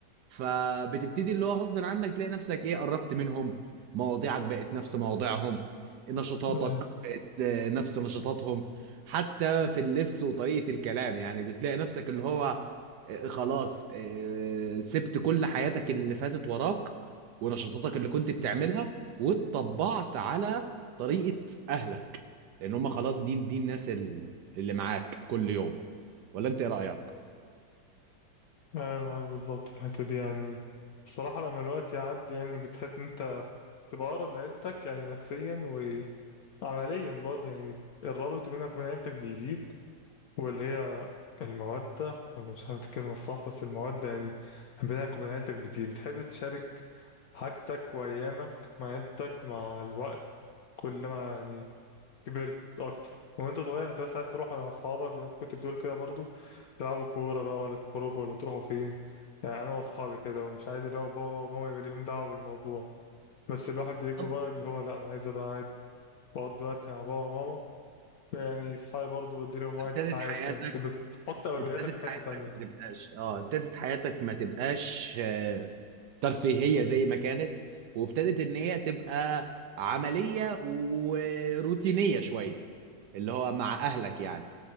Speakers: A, on the right (about 70°); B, on the left (about 65°).
A: فبتبتدي اللي هو غصب عنك تلاقي نفسك ايه قربت منهم مواضيعك بقت نفس مواضيعهم نشاطاتك
B: أنا
A: بقت آه، نفس نشاطاتهم حتى في اللبس وطريقة الكلام يعني بتلاقي نفسك اللي هو آه، خلاص آه، سبت كل حياتك اللي فاتت وراك ونشاطاتك اللي كنت بتعملها واتطبعت على طريقة أهلك لأن هم خلاص دي دي الناس ال- اللي معاك كل يوم ولا أنت إيه رأيك؟
B: أنا معاك بالظبط في الحتة دي يعني الصراحة لما الوقت يعدي يعني بتحس إن أنت تبقى أقرب لعيلتك يعني نفسيا وعمليا برضه يعني الرابط بينك وبين عيلتك بيزيد واللي هي المودة ولا مش عارف دي الكلمة الصح بس المودة يعني بينك وبين عيلتك بتيجي بتحب تشارك حاجتك وأيامك مع عيلتك مع الوقت كل ما يعني كبرت أكتر وأنت صغير أنت بس عايز تروح مع أصحابك زي ما أنت كنت بتقول كده برضو تلعبوا كورة بقى ولا تخرجوا ولا تروحوا فين يعني أنا وأصحابي كده ومش عايز اللي هو بابا وماما يبقى ليهم دعوة بالموضوع بس الواحد بيكبر
A: طب
B: بقى اللي هو لأ أنا عايز أبقى قاعد بقضي وقت مع بابا وماما يعني صحابي برضه بدي لهم وقت
A: ابتدت
B: ساعات
A: حياتك
B: يعني بس بتحط أولوياتك
A: ابتدت
B: في حتة
A: حياتك
B: تانية
A: ما تبقاش اه ابتدت حياتك ما تبقاش آه، ترفيهية زي ما كانت وابتدت ان هي تبقى عملية وروتينية شوية اللي هو مع اهلك يعني